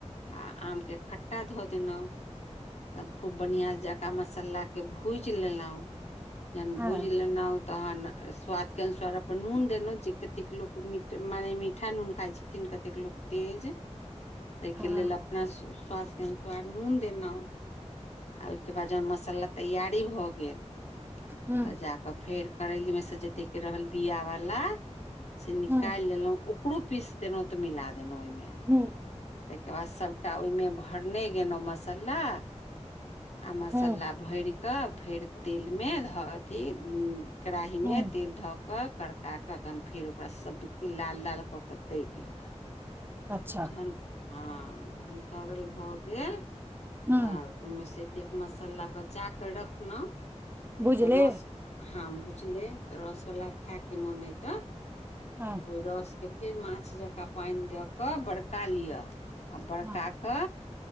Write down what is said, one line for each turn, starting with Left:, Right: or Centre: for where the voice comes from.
Left: आ आमके खट्टा धऽ देलहुँ। तब खूब बढ़िआं जे तब मसाला के, भू भुजि लेलहुँ। जेहन भूजी
Right: हँ
Left: लेलउ तहन स्वादके अनुसार, अपन नून देलहुँ, जे कतेक लोक मीठ, मानेे मीठा नून खाइत छथिन, कतेक लोक तेज। ताहिके
Right: हँ
Left: लेल, अपना स्वादके अनुसार नून देलहुँ, आ ओहिके बाद जहन मसाला तैयार फिरी भ गेल,
Right: हूँ
Left: तऽ जा कऽ फेर कराही मे से जते के रहल बिया वाला। से निकाईल
Right: हूँ
Left: लेलऊ। ओकरो पीस देलौ तऽ मिला दलौ ओय में।
Right: हूँ
Left: ताहिके बाद सभटा ओहिमे भरने गेलहुँ मसाला। आ मस्ला
Right: हूँ
Left: भैर। कऽ फेर तेलमे धऽ के हु कड़ाही
Right: हूँ
Left: मे तेल धऽ कऽ करड़का कऽ तखन फेर ओकरा सभकेँ लाल -लाल कऽ -कऽ तरि लेलऊ।
Right: अच्छा
Left: जहन हँ जहन तरल भऽ गेल।
Right: हूँ
Left: आब ओहमे से एतेक मसाला बचा कऽ रखलहुँ।
Right: बुझले।
Left: तऽ रस हँ भुजले तऽ रौसवला खै के मोन हैइ तऽ।
Right: हँ
Left: ओ रस के फेर माँछ जकाँ पानि द क बड़का लिअ। आ बड़का
Right: हँ
Left: क।